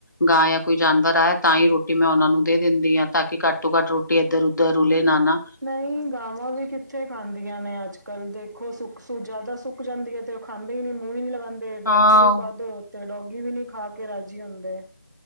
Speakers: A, on the left; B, on the right.
A: ਗਾਂ ਜਾਂ ਕੋਈ ਜਾਨਵਰ ਆਏ ਤਾਂ ਈ ਰੋਟੀ ਮੈਂ ਓਨਾ ਨੂੰ ਦੇ ਦਿੰਦੀ ਆ। ਤਾਂ ਕੀ ਘੱਟੋ ਤੋਂ ਘੱਟ ਰੋਟੀ ਏਧਰ ਉੱਧਰ ਰੁਲ ਲੇ ਨਾਨਾ।
B: ਨਈ ਗਾਂਵਾਂ ਵੀ ਕਿਥ ਕਿੱਥੇ ਖਾਂਦੀਆਂ ਨੇ ਅੱਜ-ਕੱਲ, ਦੇਖੋ ਸੁੱਕ ਸੁ ਜਾਦਾ ਸੁੱਕ ਜਾਂਦੀ ਏ। ਤੇ ਓ ਖਾਂਦੇ ਨੀ ਮੂੰ ਈ ਨੀ ਲਗਾਦ- ਤੇ
A: ਹਾਂ
B: ਡੋਗੀ ਨੂੰ ਪਾ ਦੋ ਤੇ ਡੋਗੀ ਵੀ ਨੀ ਖਾ ਕੇ ਰਾਜੀ ਹੁੰਦੇ।